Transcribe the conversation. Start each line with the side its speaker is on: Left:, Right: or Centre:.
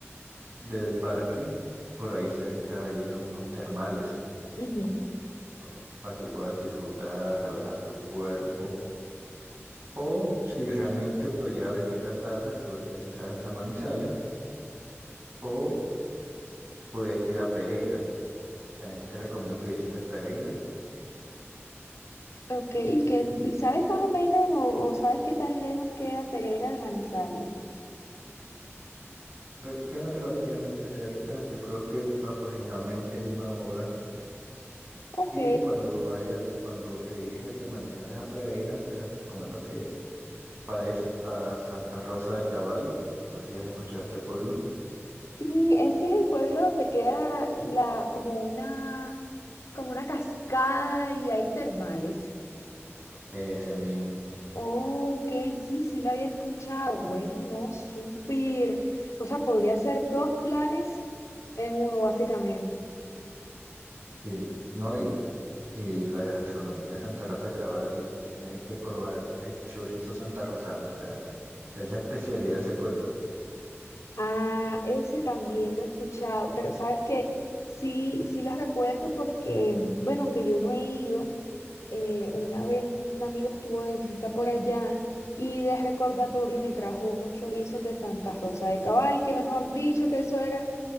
Right: del parque, por ahí cerca hay unos termales
Left: ujú.
Right: ¿no? para que puedas disfrutar, relajar tu cuerpo. O si realmente pues ya ves que está tarde, puedes regresar hasta Manizales o puedes ir a Pereira. También te recomiendo que visites Pereira.
Left: Ok, ¿y, qué, y sabes más o menos o, o sabes qué tan lejos queda Pereira de Manizales?
Right: Re- Queda relativamente cerca, yo creo que aproximadamente una hora
Left: Ok,
Right: Y cuando vaya, cuando te dirijas de Manizales a Pereira, te recomiendo que pares a Santa Rosa de Cabal. No sé si has escuchado este pueblo.
Left: sí, ese es el pueblo donde queda la, como una, como una cascada y hay termales.
Right: Ese mismo.
Left: Oh, ok, sí, sí lo había escuchado. Bueno, no, súper. O sea, podría ser dos planes en uno, básicamente.
Right: Y, no, y, y la gastronomía de Santa Rosa de Cabal, tienes que probar el chorizo santarrosano. O sea, es la especialidad de ese pueblo.
Left: Ah, ese también lo he escuchado, pero sabes que sí, sí los recuerdo porque, mm, bueno, aunque yo no he ido. eh, una vez un amigo estuvo de visita por allá y de recordatorio me trajo unos chorizos de Santa Rosa de Cabal, que mejor dicho que eso era